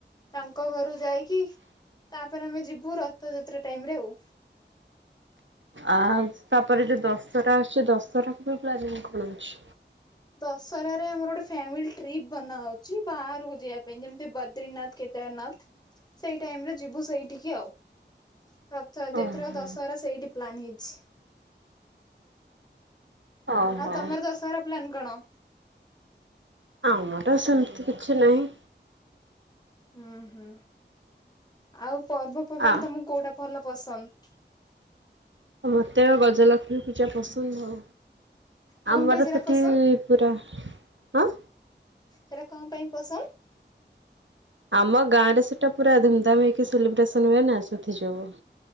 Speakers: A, on the left; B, on the right.
A: ତାଙ୍କ ଘରୁ ଯାଇକି ତାପରେ ଆମେ ଯିବୁ ରଥଯାତ୍ରା ଟାଇମ ରେ ଆଉ।
B: ଆଉ ତାପରେ ଯୋଉ ଦଶହରା ଅଛି ଦଶହରା ପ୍ଲାନିଂ କଣ ଅଛି?
A: ଦଶହାରେ ଆମର ଗୋଟେ ଫ୍ୟାମିଲି ଟ୍ରିପ ବନାହଉଛି ବାହାରକୁ ଯିବା ପାଇଁ, ଯେମିତି ବଦ୍ରିନାଥ କେ ଦନାଥ ସେଇ ଟାଇମରେ ଯିବୁ ସେଇଠିକି ଆଉ ହଛ
B: ଓହୋ
A: ଏଥର ଦଶହରା ସେଇଠି ପ୍ଲାନ୍ ହେଇଛି।
B: ଓହୋ
A: ଆଉ ତମର ଦଶହାର ପ୍ଲାନ୍ କଣ?
B: ଆମର ସେମିତି କିଛି ନାହିଁ।
A: ହୁଁ ହୁଁ ଆଉ ପର୍ବପର୍ବାଣୀ
B: ଆ
A: ତମକୁ କୋଉଟା ଭଲ ପସନ୍ଦ?
B: ମତେ ଗଜଲକ୍ଷ୍ମୀ ପୂଜା ପସନ୍ଦ।
A: କଣ
B: ଆମର
A: ପାଇଁ ସେଟା
B: ସେଠି
A: ପସନ୍ଦ
B: ପୁରା ଆ।
A: ସେଟା କଣ ପାଇଁ ପସନ୍ଦ?
B: ଆମ ଗାଁରେ ସେଟା ପୁରା ଧୁମଧାମ ହେଇକି ସେଲିବ୍ରେସନ ହୁଏ ନା ସେଥି ଯୋଗୁ।